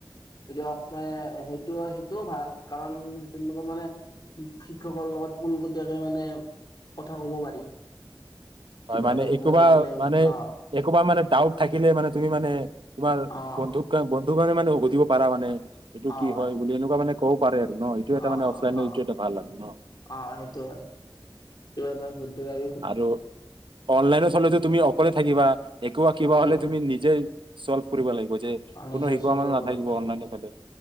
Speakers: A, on the left; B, on the right.
A: যদিও অফলাই সেইটোও সেইটোও ভাল কাৰণ সেইটো লগত মানে তি শিক্ষকৰ লগত পোনপটীয়াকৈ মানে কথা কব পাৰি। কিবা
B: হয় মানে
A: সুধিব
B: একোবা
A: থাকিলে
B: মানে
A: অ'
B: একোবা মানে ডাউট থাকিলে মানে তুমি মানে তোমাৰ
A: অ'
B: বন্ধুক কা বন্ধু কাৰে মানে সুধিব পাৰা মানে এইটো
A: অ'
B: কি হয় বুলি এনেকুৱা মানে ক'ব পাৰে আৰু ন। এটা
A: অ,
B: মানে
A: অ,
B: অফলাইনৰ
A: অ,
B: এইটো এটা ভাল আৰু ন
A: অ সেইটো হয়, কিবা এটা সুধো আৰু
B: আৰু অনলাইনত থলেতো তুমি অকলে থাকিবা, একো আ কিবা
A: উম।
B: হলে তুমি নিজেই চলভ কৰিব লাগিব যে
A: নিজে
B: কোনো শিকোৱা
A: চব কৰিব
B: মানুহ নাথাকিব
A: লাগিব
B: অনলাইনৰ ফালে,